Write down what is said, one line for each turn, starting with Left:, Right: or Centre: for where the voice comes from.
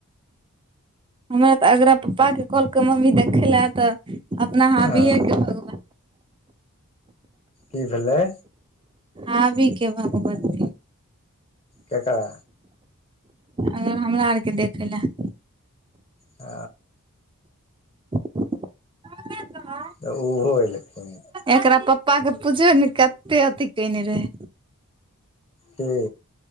Right: हमरा तऽ अगरा पप्पा के कहलकय मम्मी देखै लए तऽ अपना हाँ
Left: हँ
Right: बी ए के <unintelligible>
Left: की भेलै
Right: हाबिके भगवती
Left: केकरा
Right: अगर हमरा आरके देखै लए
Left: ओ
Right: <unintelligible> <unintelligible>
Left: तऽ ओहो एलखिन
Right: एकरा पप्पा के पूछबै ने कते अथी कने रहै
Left: कि